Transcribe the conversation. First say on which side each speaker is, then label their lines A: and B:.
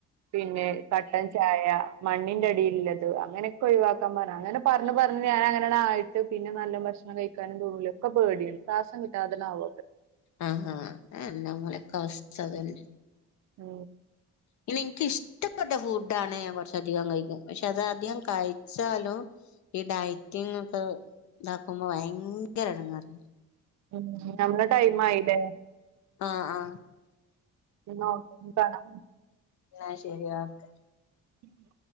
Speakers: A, on the right (about 65°); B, on the left (about 70°).
A: പിന്നെ കട്ടൻ ചായ മണ്ണിന്റെ അടിയില്ലത് അങ്ങനെയൊക്കെ ഒഴിവാക്കാൻ പറഞ്ഞ് അങ്ങനെ പറഞ്ഞ് പറഞ്ഞ് ഞാനങ്ങനാണ് ആ ട്ട് പിന്നെ നല്ല ഭക്ഷണം കഴിക്കാനും തോന്നൂല ഒക്കെ പേടിയാണ് ശ്വാസം കിട്ടാതാനേ ആവുവൊക്കെ
B: ആഹ് ആ നമ്മളൊക്കെ അവസ്ഥ അതന്നെ
A: മ്
B: പിന്നെ എനിക്കിഷ്ടപ്പെട്ട ഫുഡാണ് ഞാൻ കുറച്ചധികം കഴിക്കും പക്ഷെ അത് അധികം കഴി ച്ചാലും ഈ ഡയറ്റിങ് ഒക്കെ ഇതാക്കുമ്പോ ഭയങ്കര ഇടങ്ങേറ
A: ഉം നമ്മളെ ടൈം ആയില്ലേ
B: ആഹ് ആ
A: എന്നാ ഒക്കെ പിന്നെ കാണാം
B: എന്നാ ശെരി ഓക്കെ
A: ഉം